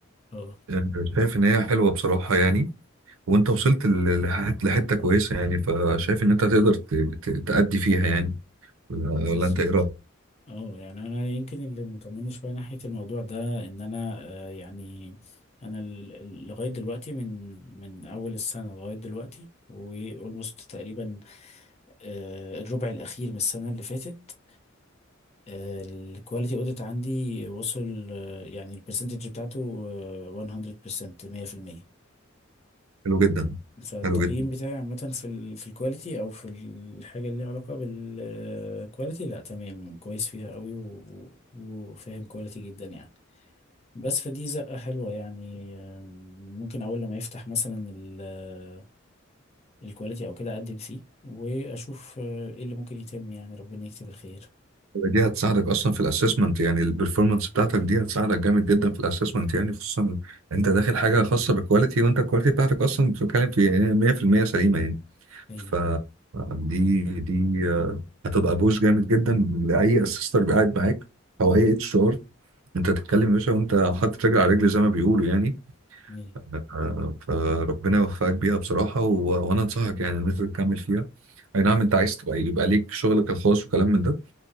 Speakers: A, on the left; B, on the right.
A: اه
B: يعني شايف ان هي حلوه بصراحه يعني وانت وصلت ل- لح- لحته كويسه يعني فشايف ان انت هتقدر ت- ت- تأدي فيها يعني ولا
A: بالظبط
B: ولا انت ايه رايك
A: اه يعني انا يمكن اللي مطمني شوية ناحية الموضوع ده ان انا آه، يعني انا ال- ال- لغاية دلوقتي من من اول السنة لغاية دلوقتي واولموست تقريبا آه، الربع الاخير من السنة اللي فاتت الكواليتي اوديت عندي وصل آه، يعني البرسنتج بتاعته آه، 100% 100%
B: حلو جدا
A: فالتقييم
B: حلو جدا
A: بتاعي عامة في ال في الكواليتي او في الحاجة اللي ليها علاقة بالكواليتي لا تمام كويس فيها قوي و- و- وفاهم كواليتي جدا يعني بس فدي زقة حلوة يعني آه، ممكن اول لما يفتح مثلا ال- الكواليتي او كده اقدم فيه واشوف آه، ايه اللي ممكن يتم يعني ربنا يكتب الخير
B: دي هتساعدك اصلا في الاسسمنت يعني البرفورمانس بتاعتك دي هتساعدك جامد جدا في الاسسمنت يعني خصوصا انت داخل حاجه خاصه بالكواليتي وانت الكواليتي بتاعتك اصلا بتتكلم في 100% سليمه يعني
A: ايوه
B: ف دي دي آه، هتبقى بوش جامد جدا لاي اسيستر قاعد معاك او اي اتش ار انت تتكلم يا باشا وانت حاطط رجل على رجل زي ما بيقولوا يعني
A: ايوه
B: آه، فربنا يوفقك بيها بصراحه و... وانا انصحك يعني ان انت تكمل فيها اي نعم انت عايز تبقى يبقى ليك شغلك الخاص وكلام من ده